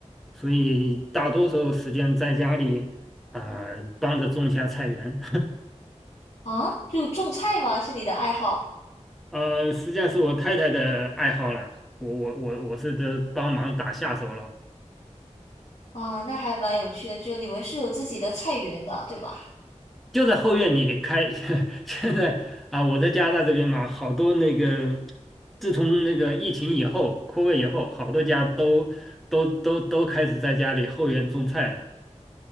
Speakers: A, in the centre; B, on the left.
A: 所以大多数时间在家里啊、帮着种下菜园，
B: 啊，就种菜吗？是你的爱好
A: <laughs> 呃，实际上是我太太的爱好了，我我我我是得帮忙打下手了，
B: 啊？那还蛮有趣的。就你们是有自己的菜园的，对吧？
A: 就在后院里开，<laughs> 现在啊、我在加拿大这边嘛，好多那个自从那个疫情以后扩位以后，好多家都都都都开始在家里后院种菜了。